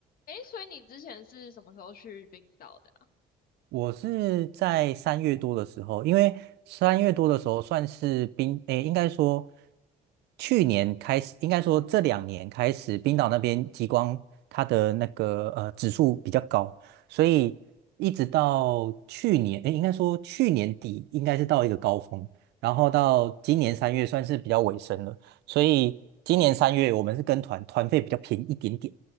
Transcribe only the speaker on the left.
诶，所以你之前是什么时候去冰岛的啊